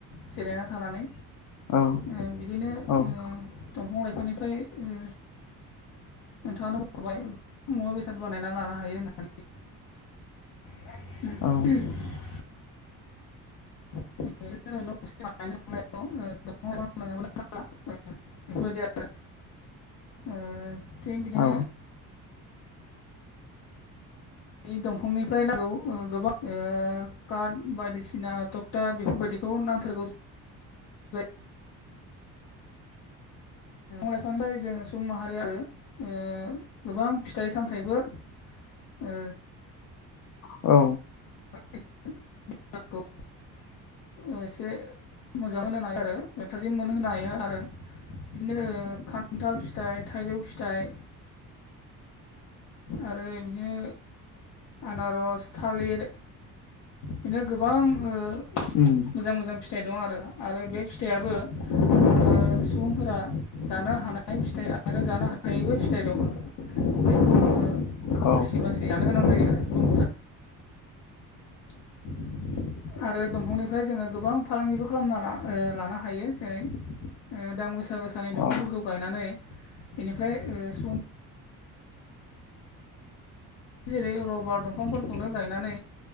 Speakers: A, on the left; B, on the left.
A: जिरायना थानानै
B: औ
A: ओ बिदिनो
B: उम
A: ओ दंफां लाइफांनिफ्राय ओ नोंथाङानो बुंखाबाय मुवा बेसाद बानायना लानो हायो होननानै। <unintelligible>
B: औ
A: <unintelligible> <unintelligible> बेफोरबायदि आरो। ओ थिग बिदिनो
B: औ
A: नि दंफांनिफ्राय नांगौ ओ गोबां ओ खार्द बायदिसिना थक ता बेफोरबायदिखौ नांथारगौ जायो ओ दंफां लाइफांनिफ्राय जों सुबुं माहारि आरो ओ गोबां फिथाइ सामथाइबो ओ
B: औ।
A: <unintelligible> एसे मोजां मोन <unintelligible> हायो आरो थाजिम मोन होनो हायो आरो बिदिनो खान्थाल फिथाइ, थाइजौ फिथाइ आरो बिदिनो आनारस थालिर बेनो गोबां ओ
B: उम
A: मोजां मोजां फिथाइ दं आरो। आरो बे फिथाइयाबो ओ सुबुंफोरा जानो हानाय फिथाइ आरो जानो हायैबो फिथाइ दङो। बेखौ जोङो
B: औ
A: बासि बासि जानो गोनां जायो आरो <unintelligible> <inaudible> आरो दंफांनिफ्राय जोङो गोबां फालांगिबो खालामना ला-ओ लानो हायो जेरै ओ दाम गोसा गोसानि दंफांफोरखौ
B: औ
A: गायनानै बेनिफ्राय ओ सम जेरै रबार दंफांफोरखौनो गायनानै